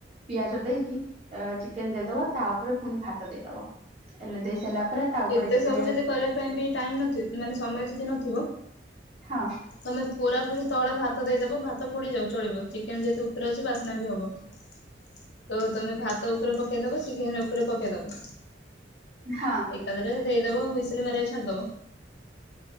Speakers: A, on the right; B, on the left.
A: ପିଆଜ ଦେଇକି ଚିକେନ ଦେଇଦବ ତା ଉପରେ ପୁଣି ଭାତ ଦେଇଦବ ହେଲେ ଦେଇ ସାରିଲା ପରେ ତା ଉପରେ
B: ଏତେ
A: ଟିକେ
B: ସବୁ ଯଦି କରିବା ପାଇଁ ବି ଟାଇମ ନ ମାନେ ସମୟ ଯଦି ନଥିବ
A: ହଁ
B: ତମେ ପୁରାପୁରି ତଳ ଭାତ ଦେଇଦବ ଭାତ ପୋଡି ଯାଉ ଚଳିବ ଚି ଚିକେନ ଯଦି ଉପରେ ଅଛି ବାସ୍ନା ବି ହବ ତ ତମେ ଭାତ ଉପରେ ପକେଇଦବ ଚିକେନ ଉପରେ ପକେଇଦବ
A: ହଁ।
B: ଏକାଦରେ ଦେଇଦବ ହୁଇସିଲ ମାରିବାକୁ ଛାଡିଦବ।